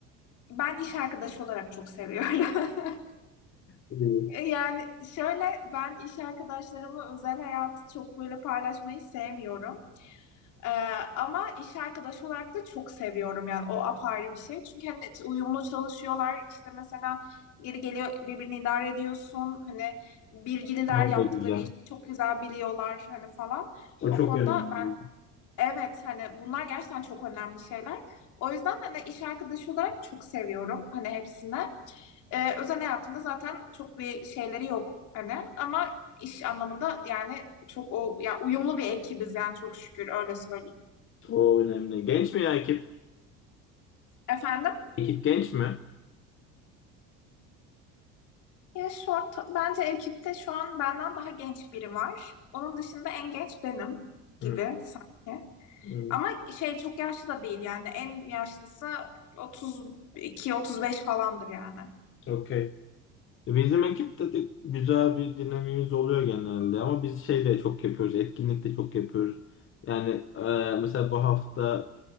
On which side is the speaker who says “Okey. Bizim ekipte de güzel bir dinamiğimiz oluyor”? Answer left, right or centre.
Left